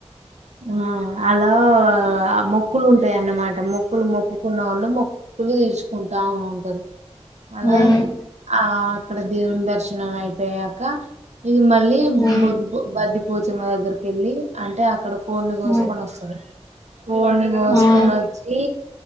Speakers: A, on the right; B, on the left.
A: ఆ అలా మొక్కులు ఉంటాయిన్నమాట మొక్కులు మొక్కుకున్న వాళ్ళు మొక్కులు తీర్చుకుంటా ఉంటారు అలా
B: మ్మ్
A: ఆ అక్కడ దేవుని దర్శనం ణ అయిపోయాక ఇగ మళ్ళీ
B: మ్మ్
A: బొద్ బద్దిపోచమ్మ దగ్గరకి వెళ్ళి అంటే అక్కడ కోడిని కోసుకొని
B: మ్మ్
A: వస్తాడు కొన్ని పోసుకొని
B: మ్మ్
A: వచ్చి